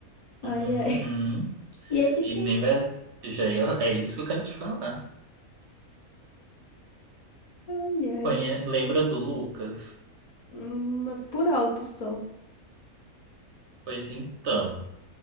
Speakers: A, on the left; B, on the right.
A: Ai,
B: Uhum.
A: ai. <laughs> E é de
B: E
A: quem?
B: nem vai. Já ia- é isso que eu quero te falar.
A: Ai, ai.
B: Conhe- Lembra do Lucas?
A: Hum, mas por alto só.
B: Pois então,